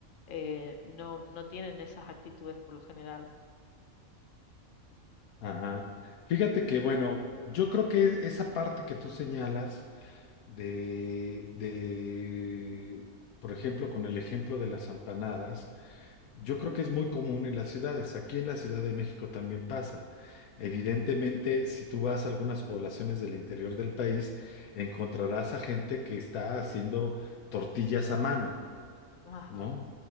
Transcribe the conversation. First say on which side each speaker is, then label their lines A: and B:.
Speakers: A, on the left; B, on the left.
A: eh, no, no tienen esas actitudes por lo general.
B: Ajá. Fíjate que, bueno, yo creo que esa parte que tú señalas de, de, por ejemplo, con el ejemplo de las empanadas, yo
A: Ujú.
B: creo que es muy común en las ciudades. Aquí en la Ciudad de México también pasa. Evidentemente, si tú vas a algunas poblaciones del interior del país, encontrarás a gente que está haciendo tortillas a mano,
A: Ajá,
B: ¿no?